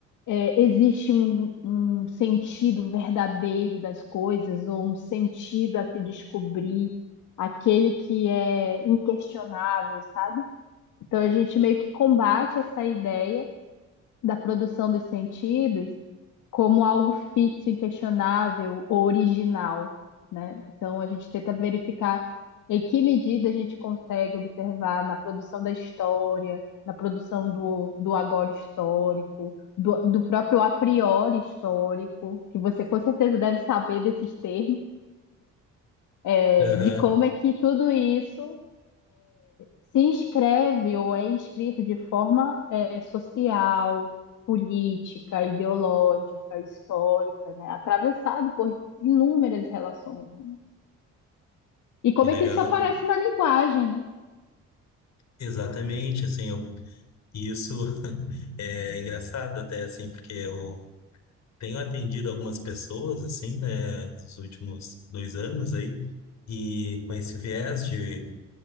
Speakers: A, on the left; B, on the left.
A: é, existe um, um sentido verdadeiro das coisas, ou um sentido a se descobrir, aquele que é inquestionável, sabe? Então, a gente meio que combate essa ideia da produção dos sentidos como algo fixo, inquestionável ou original, né? Então a gente tenta verificar em que medida a gente consegue observar na produção da história, na produção do, do agora histórico, do, do próprio a priori histórico, que você com certeza deve saber desses termos, eh,
B: aham,
A: de como é que tudo isso se inscreve ou é inscrito de forma é, social, política, ideológica, histórica, né? Atravessado por inúmeras relações. né? E como
B: que legal.
A: é que isso aparece na linguagem, né?
B: Exatamente, assim, eu, e isso <laughs> é engraçado até, assim, porque eu tenho atendido algumas pessoas, assim, né, nos últimos dois anos aí, e com esse viés de,